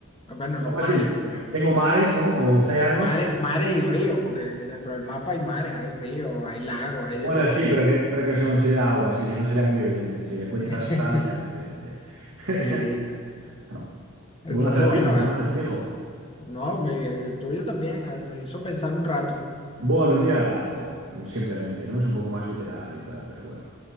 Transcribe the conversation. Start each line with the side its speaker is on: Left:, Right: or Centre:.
Left: Bueno,
Right: Ya
Left: los
Right: más
Left: mares,
Right: bien, te-
Left: pues.
Right: tengo mares, ¿no? O océanos.
Left: Mares, mares y ríos, porque dentro del mapa hay mares, hay ríos, hay lagos, hay
Right: Bueno,
Left: de todo
Right: sí,
Left: tipo.
Right: pero que, pero que se considera agua, sí, si no sería muy evidente. Si le cuentas
Left: <laughs>
Right: tal, sería muy evidente. <laughs>
Left: Sí.
Right: Ah,
Left: Entonces,
Right: Buen acertijo,
Left: bueno,
Right: buen
Left: vale.
Right: acertijo.
Left: No, me- el tuyo también ah, me hizo pensar un rato.
Right: Bueno, el mío era largo, simplemente, ¿no? Es un poco más literario y tal, pero bueno.